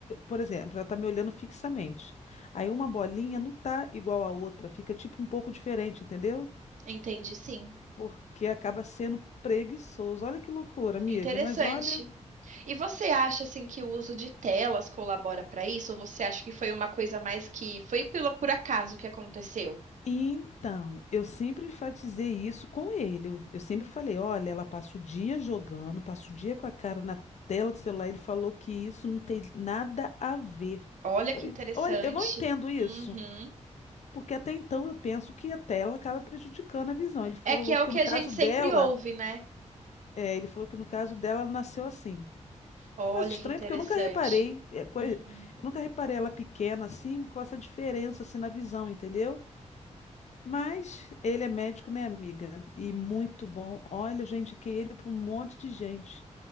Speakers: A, on the left (about 65°); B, on the right (about 80°).
A: Por exemplo, ela tá me olhando fixamente. Aí uma bolinha não tá igual à outra, fica tipo um pouco diferente, entendeu?
B: entendi, sim.
A: Porque acaba sendo preguiçoso. Olha que loucura, amiga,
B: Interessante.
A: mas olha.
B: E você acha assim que o uso de telas colabora para isso? Ou você acha que foi uma coisa mais que foi pelo por acaso que aconteceu?
A: Então, eu sempre enfatizei isso com ele. Eu eu sempre falei: olha, ela passa o dia jogando, passa o dia com a cara na tela do celular. Ele falou que isso não tem nada a ver.
B: Olha que
A: Oi,
B: interessante.
A: Olha, eu não entendo isso.
B: Uhum.
A: Porque até então eu penso que a tela acaba prejudicando a visão. Ele falou
B: É que é
A: que
B: o que
A: no
B: a
A: caso
B: gente
A: dela,
B: sempre ouve, né?
A: é, ele falou que no caso dela ela nasceu assim.
B: Olha
A: Mas estranho,
B: que interessante.
A: porque eu nunca reparei, é, coi-
B: Uhum.
A: eu nunca reparei ela pequena assim, com essa diferença assim na visão, entendeu? Mas ele é médico, né, amiga? E muito bom. Olha, eu já indiquei ele para um monte de gente.